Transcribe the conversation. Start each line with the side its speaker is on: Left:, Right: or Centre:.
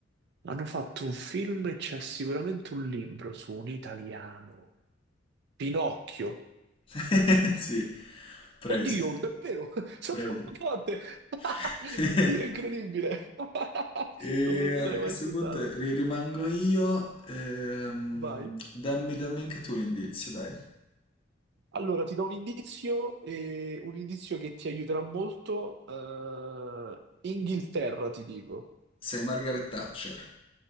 Right: Hanno fatto un film e c'è sicuramente un libro su un italiano. Pinocchio.
Left: <laughs> Sì, preso,
Right: Oddio, davvero? <laughs> Sono
Left: preso.
Right: troppo forte! <laughs>
Left: <laughs>
Right: Oddio, è incredibile! <laughs>
Left: E
Right: Non me
Left: a
Right: lo sarei
Left: questo
Right: mai aspettato.
Left: punto ri- rimango io. ehm,
Right: Vai.
Left: dammi, dammi anche tu un indizio, dai.
Right: Allora, ti do un indizio, eh, un indizio che ti aiuterà molto. eh, Inghilterra, ti dico.
Left: Sei Margaret Thatcher.